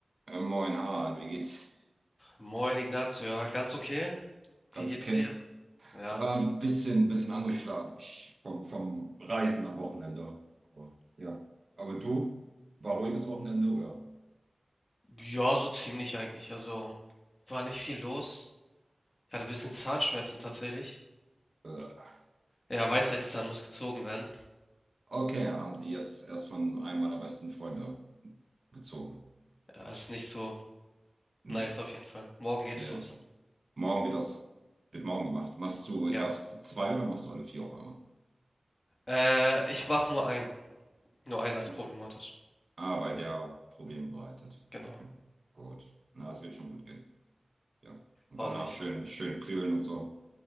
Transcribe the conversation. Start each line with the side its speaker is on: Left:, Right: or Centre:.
Right: Äh, moin, Harald, wie geht's?
Left: Moin Ignazio, ja, ganz okay.
Right: Ganz
Left: Wie geht's
Right: okay.
Left: dir? Ja,
Right: Ähm, bisschen, bisschen angeschlagen ich, vom, vom Reisen am Wochenende. Aber, ja. Aber du, war ruhiges Wochenende, oder?
Left: ja, so ziemlich eigentlich. Also war nicht viel los. Ich hatte ein bisschen Zahnschmerzen tatsächlich.
Right: Äh,
Left: Ja, Weisheitszahn muss gezogen werden.
Right: okay, haben die jetzt erst von einem meiner besten Freunde gezogen.
Left: Ja, ist nicht so
Right: Ne,
Left: nice auf jeden Fall. Morgen geht's
Right: ja.
Left: los.
Right: Morgen wird das, wird morgen gemacht. Machst du erst
Left: Ja,
Right: zwei oder machst du alle vier auf einmal?
Left: äh, ich mach nur einen. Nur einen, das
Right: Du,
Left: ist problematisch.
Right: ah, weil der Probleme bereitet.
Left: Genau,
Right: Okay, gut. Na, es wird schon gut gehen. Ja. Und
Left: hoffentlich.
Right: danach schön, schön kühlen und so.